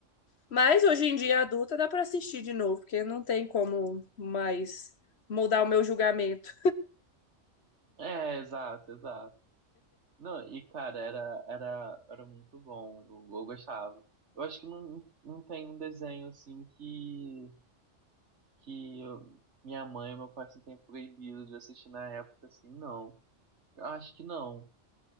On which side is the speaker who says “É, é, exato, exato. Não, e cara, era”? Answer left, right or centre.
Right